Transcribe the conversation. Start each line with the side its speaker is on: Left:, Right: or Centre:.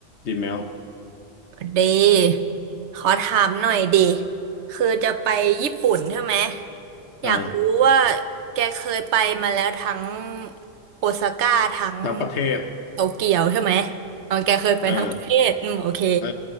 Left: ดีแมว
Right: ดีขอถามหน่อยดิ คือจะไปญี่ปุ่นใช่ไหมอยากรู้ว่า
Left: อ่า
Right: แกเคยไปมาแล้วทั้งโอซาก้าทั้ง
Left: ทั้งประเทศ
Right: โตเกียวใช่ไหมตอนแกเคยไปทั้งประเทศอืมโอเค
Left: เออเออ